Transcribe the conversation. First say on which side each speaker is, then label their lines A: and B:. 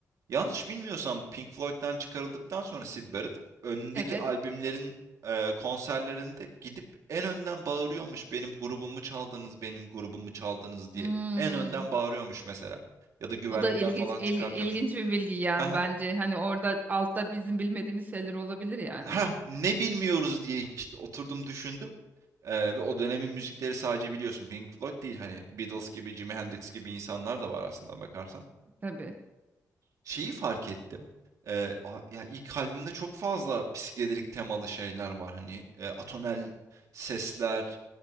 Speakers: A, on the right; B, on the right.
A: yanlış bilmiyorsam Pink Floyd'dan çıkarıldıktan sonra Syd Barrett önündeki
B: Evet.
A: albümlerin eee, konserlerinde gidip en önden bağırıyormuş benim grubumu çaldınız, benim grubumu çaldınız diye.
B: Hmm.
A: En önden bağırıyormuş mesela. Ya da güvenlikler
B: Bu da ilginç
A: falan
B: il-
A: çıkartıyormuş.
B: ilginç bir bilgi yani
A: Ha ha
B: bence. Hani orada altta bizim bilmediğimiz şeyler olabilir yani.
A: Ha, ne bilmiyoruz diye işte oturdum düşündüm. Eee, ve o dönemin müzikleri sadece biliyorsun Pink Floyd değil hani Beatles gibi Jimi Hendrix gibi insanlar da var aslında bakarsan.
B: Tabii.
A: Şeyi fark ettim. Eee, a- ya ilk albümde çok fazla psikedelik temalı şeyler var hani e, atonel sesler,